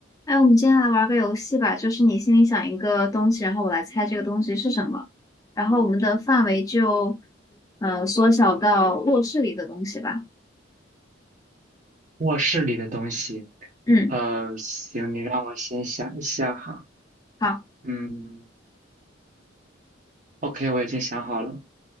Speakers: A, on the left; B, on the right.
A: 哎，我们今天来玩个游戏吧，就是你心里想一个东西，然后我来猜这个东西是什么，然后我们的范围就，呃，缩小到卧室里的东西吧。
B: 卧室里的东西，
A: 嗯，
B: 呃，行，你让我先想一下哈。
A: 好，
B: 嗯，OK，我已经想好了，